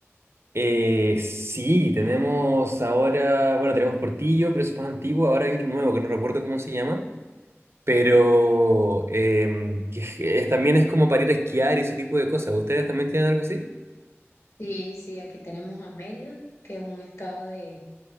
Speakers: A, on the right; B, on the left.
A: Eh, sí, tenemos ahora, bueno, tenemos Portillo, pero eso es más antiguo. Ahora hay otro nuevo que no recuerdo cómo se llama, pero em, que es- es- también es como para ir a esquiar y ese tipo de cosas. ¿Ustedes también tienen algo así?
B: Sí, sí, aquí tenemos a Mérida, que es un estado de